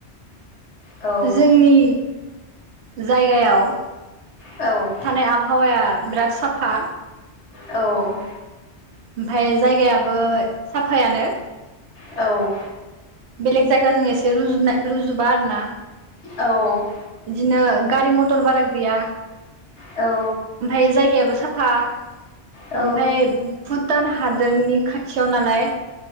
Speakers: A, on the left; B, on the right.
A: औ
B: जोंनि जायगायाव
A: औ।
B: थानाय आबहावाया बिराद साफा
A: औ
B: ओमफ्राय जायगायाबो साफायानो
A: औ
B: बेलेग जायगाजों एसे रुजुनाय रुजुबा आरो ना
A: औ
B: बिदिनो गारि मथर बारा गैया
A: औ
B: ओमफ्राय जायगायाबो साफा फा
A: औ
B: ओमफ्राय भुटान हादोरनि खाथियाव नालाय।